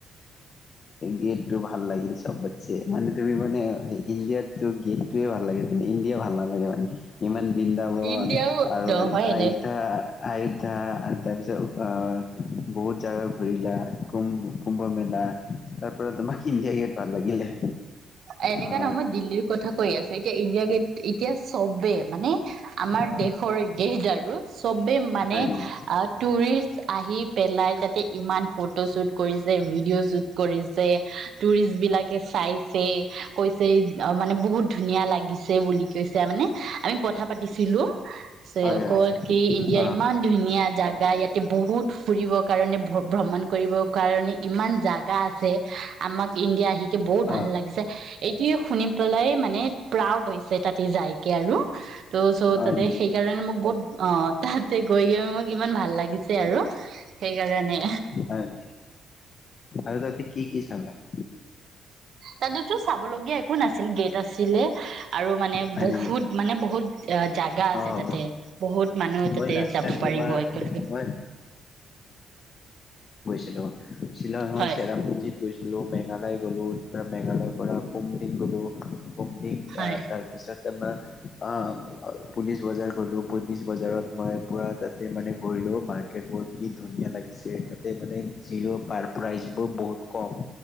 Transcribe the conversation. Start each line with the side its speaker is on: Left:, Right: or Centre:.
Left: গেট টো ভাল লাগিলিছে। চব পাছে মানে তুমি মানে ইণ্ডিয়ান। টো গেটটোৱে ভাল লাগে ইণ্ডিয়া ভাল নালাগে। মানে ইমান বৃন্দাবন
Right: ইণ্ডিয়াও
Left: আৰু
Right: নহয় এনে
Left: আয়োধ্যা আয়ু ত <unintelligible> তাৰপিছত আহ বহুত জাগা ঘূৰিলা কুম কুম্ভ মেলা তাৰ পৰা তোমাক ইণ্ডিয়া গেট ভাল লাগিলে।
Right: এনেকা
Left: অ
Right: নহয় দিল্লীৰ কথা কৈ আছোঁ। এতিয়া ইণ্ডিয়া গেট ইতিয়া। চবে মানে আমাৰ
Left: অ
Right: দেশৰ গেহজাৰ। ৰজ <unintelligible> চবে মানে
Left: হয় নেকি
Right: টুৰিষ্ট আহি পেলাই তাতে ইমান ফটো শ্বুট। কৰিছে ভিডিঅ' শুট কৰিছে, টুৰিষ্ট বিলাকে চাই ছে, কৈছে অ -মানে বহুত ধুনীয়া লাগিছে বুলি কৈছে মানে, আমি কথা পাতিছিলো। <unintelligible>
Left: হয় হয়
Right: কল কি ইণ্ডিয়াৰ
Left: অ
Right: ইমান ধুনীয়া জাগা ইয়াত এতিয়া বহুত ফুৰিবৰ কাৰণে ভ্ৰমণ কৰিবৰ কাৰণে ইমান জাগা আছে, আমাক ইণ্ডিয়া আহিকে বহুত ভাল
Left: অ
Right: লাগিছে। এইটোৱেই শুনি পেলাই মানে- প্ৰাউড হৈছে তাতে যাইকে আৰু ত- চ'
Left: হয়
Right: তাতে
Left: নেকি
Right: সেইকাৰণে মোক বহুত অ ততে <unintelligible> কিমান ভাল লাগিছে আৰু, সেইকাৰণে।
Left: হয় নেকি আৰু তাতে কি কি চালা। <inaudible>
Right: তাততো চাব লগগীয়া একো নাছিল গেট আছিলে আৰু মানে
Left: হয়
Right: বহুত
Left: নেকি
Right: মানে বহুত এ জাগা আছে
Left: অ
Right: তাতে,
Left: অ
Right: বহুত মানুহ তাতে
Left: মই লাষ্ট
Right: যাব
Left: টাইম
Right: পাৰিব
Left: তোমাৰ
Right: একেলগে।
Left: মই <unintelligible> শ্বিলংৰ
Right: হয়
Left: চেৰাপুঞ্জীত গৈছি <unintelligible> মেঘালয় গ'লো, মেঘালয়ৰ পৰা কুম দিন গলো, কুম দিন
Right: হয়
Left: তাৰ-তাৰ <unintelligible> আহ পুলিচ বজাৰ গলো পুলিচ বজাৰত মই পুৰা তাতে মানে গলো মাৰ্কেট বোৰ কি ধুনীয়া লাগিছে তাতে মানে জিঅৰ পাৰ প্ৰাইচ বোৰ বহুত কম।